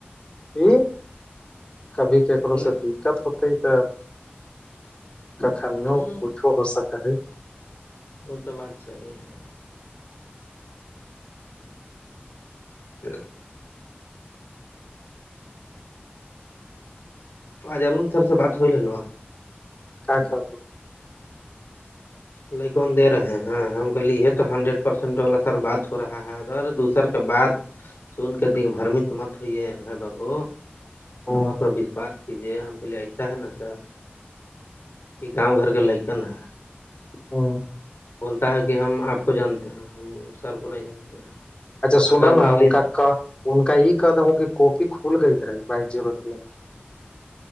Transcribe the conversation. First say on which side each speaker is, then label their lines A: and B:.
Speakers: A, on the left; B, on the left.
A: کہ کبھی کیکو
B: نا
A: سے دقت ہوت ت کخنوں
B: ہوں
A: کچ ھ ہو سکتا ہے
B: وہ تو بات صحیح ہے س جارون سر سے بات ہو لو
A: کیا کا
B: ل کون دے رہے ہیں ہم کہے یہ تو ہنڈریڈ پرسینٹ والا سر بات ہو رہا ہے س دوسر کے بات سن کے د بھرمی تو مت ہوئی ہے بائی بابو
A: ہ
B: ہمار پر بیش پاک ے ہم کے لیے ایسا ہے نا سر یہ گاؤں گھر کے لکن ہے
A: ہ
B: پتا ہے کہ ہم آپ کو جانتے ہیں ہم سر کو نہیں جانتے ہیں
A: اچھا سنا
B: اگر
A: نا
B: مان لیجیے
A: ان کا ان کا یہ کہد ہوں کہ کاپی کھل گئی ہےی بائی جیرو تھری